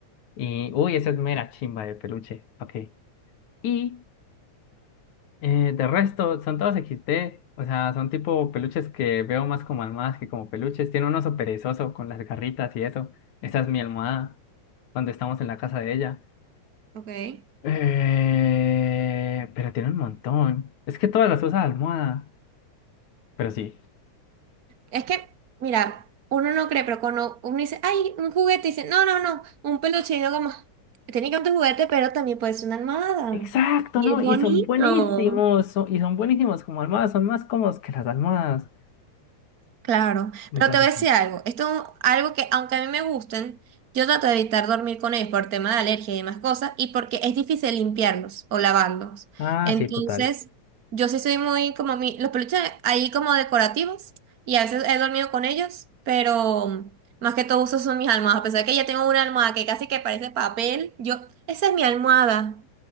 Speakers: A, on the left (about 75°); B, on the right (about 45°).
A: Y, uy, eso es mera chimba de peluche. Ok. Y eh, de resto, son todos XD, o sea, son tipo peluches que veo más como almohadas que como peluches. Tiene un oso perezoso con las garritas y eso. Esa es mi almohada, cuando estamos en la casa de ella.
B: Ok.
A: Eh, pero tiene un montón. Es que todas las usa de almohada, pero sí.
B: Es que, mira, uno no cree, pero cuando uno dice, ay, un juguete, dice, no, no, no, un peluche, y yo como, tiene que ser un juguete, pero también puede ser una almohada.
A: Exacto,
B: Y
A: ¿no?
B: es
A: Y
B: bonito.
A: son buenísimos, son- y son buenísimos como almohadas, son más cómodos que las almohadas.
B: Claro,
A: Entonces,
B: pero te voy a decir algo, esto es un- algo que aunque a mí me gusten, yo trato de evitar dormir con ellos por tema de alergia y demás cosas, y porque es difícil limpiarlos o lavarlos.
A: ah,
B: Entonces,
A: sí, total.
B: yo sí soy muy como mi, los peluches ahí como decorativos, y a veces he dormido con ellos, pero más que todo uso son mis almohadas, a pesar de que ya tengo una almohada que casi que parece papel, yo, esa es mi almohada,